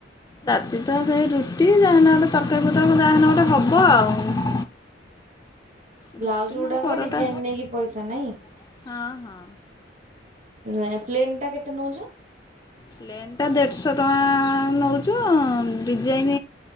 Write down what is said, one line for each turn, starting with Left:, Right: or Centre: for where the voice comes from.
Left: ରାତି ତ ସେଇ ରୁଟି ଯାହାହେନେ ଗୋଟେ ତରକାରୀ ପତ୍ର କଣ ଯାହାହେନେ ଗୋଟେ ହବ ଆଉ।
Right: ବ୍ଲାଉଜ୍
Left: ରୁଟି
Right: ଗୁଡ଼ାକ
Left: ନହେଲେ ପରଟା
Right: ଡିଜାଇନ୍ ନେଇକି ପଇସା ନାଇଁ।
Left: ହଁ ହଁ।
Right: ଏ ପ୍ଲେନ୍ ଟା କେତେ ନେଉଚ?
Left: ପ୍ଲେନ୍ ଟା ଦେଢ଼ଶହ ଟଙ୍କା ନେଉଚୁ ଡିଜାଇନ୍